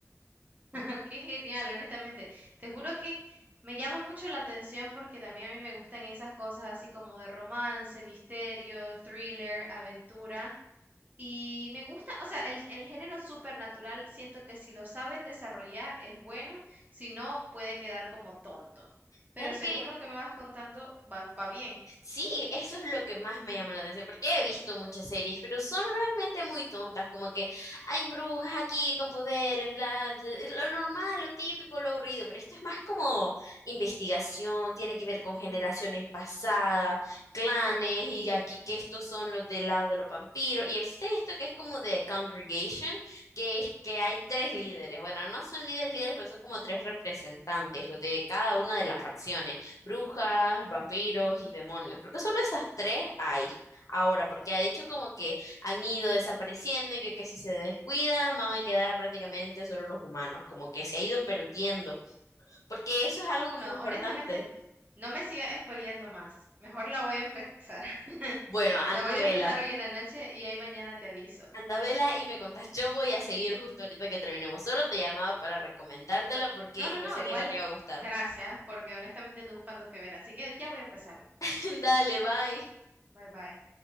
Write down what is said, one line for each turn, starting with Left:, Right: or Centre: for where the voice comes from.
Right: <laughs> Qué genial, honestamente. Te juro que me llama mucho la atención porque también a mí me gustan esas cosas así como de romance, misterio, thriller, aventura. Y me gusta, o sea, el, el género supernatural siento que si lo saben desarrollar es bueno, si no puede quedar como tonto.
Left: Fíjate
Right: Pero según
Left: que
Right: lo que me vas contando, va, va bien.
Left: Sí, eso es lo que más me llama la atención, porque he visto muchas series, pero son realmente muy tontas, como que hay brujas aquí con poderes, bla, bla, es lo normal, lo típico, lo aburrido, pero esto es más como investigación, tiene que ver con generaciones pasadas, clanes, y aquí que estos son los del lado de los vampiros, y existe esto que es como de congregation, que es que hay tres líderes, bueno, no son líderes líderes, pero son como tres representantes de cada una de las facciones brujas, vampiros y demonios. Creo que solo esas tres hay ahora, porque ha dicho como que han ido desapareciendo y que, que si se descuidan van a quedar prácticamente solo los humanos, como que se ha ido perdiendo, porque eso es algo
Right: Ah, bueno,
Left: muy importante.
Right: honestamente, no me sigas spoileando más. Mejor la voy a empezar. <laughs>
Left: Bueno, anda
Right: La voy a
Left: vela.
Right: empezar hoy en la noche y ahí mañana te aviso.
Left: Anda vela y me contás, yo voy a seguir justo ahorita que terminemos. Solo te llamaba para recomendártela porque
Right: No, no,
Left: yo
Right: no,
Left: sabía
Right: igual
Left: que te iba a gustar.
Right: gracias, porque honestamente ando buscando qué ver, así que ya voy a empezarlo.
Left: <laughs> Dale, bye.
Right: Bye bye.